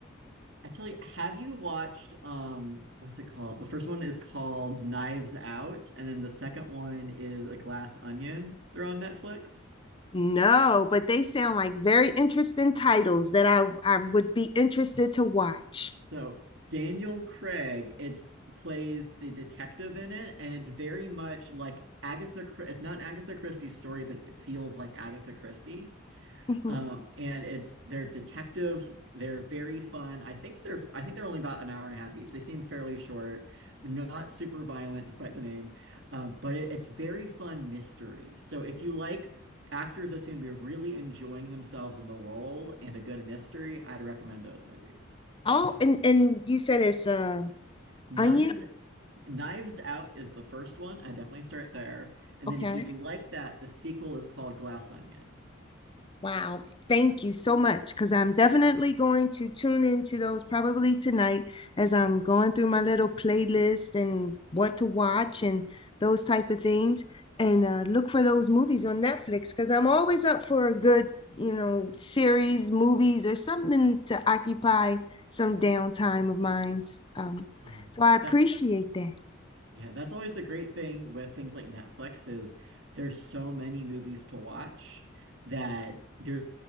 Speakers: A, on the right; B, on the left.
A: Actually, have you watched um what's it called? The first one is called Knives Out, and then the second one is A Glass Onion. They're on Netflix.
B: <laughs> no, but they sound like very interesting titles that I, I would be interested to watch.
A: So Daniel Craig, it's plays the detective in it, and it's very much like Agatha. It's not an Agatha Christie story, but it feels like Agatha Christie.
B: <laughs>
A: Um, and it's they're detectives. They're very fun. I think they're I think they're only about an hour and a half each. They seem fairly short, not super violent despite the name, um, but it, it's very fun mystery. So if you like actors that seem to be really enjoying themselves in the role and a good mystery, I'd recommend those movies.
B: Oh, and, and you said it's uh,
A: Knives
B: Onion?
A: Knives Out is the first one. I definitely start there. And
B: Okay.
A: then if you like that, the sequel is called Glass Onion.
B: Wow. Thank you so much. Because I'm definitely going to tune into those probably tonight as I'm going through my little playlist and what to watch and those type of things. And uh, look for those movies on Netflix because I'm always up for a good, you know, series, movies, or something to occupy some downtime of mine. Um,
A: Yeah.
B: so I appreciate
A: That
B: that.
A: yeah, that's always the great thing with things like Netflix is there's so many movies to watch that there's